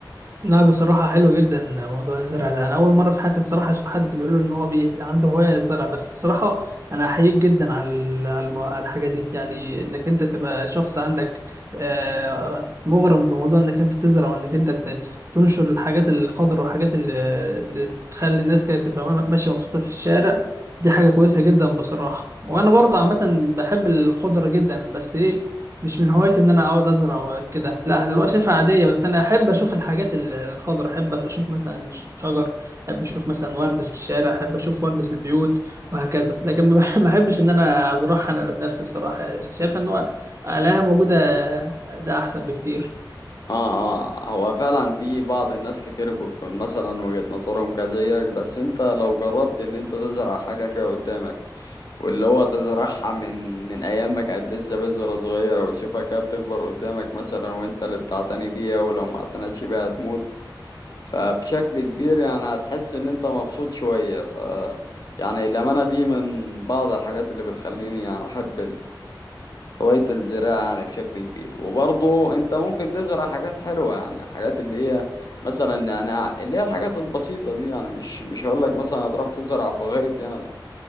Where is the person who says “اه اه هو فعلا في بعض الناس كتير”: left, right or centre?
Left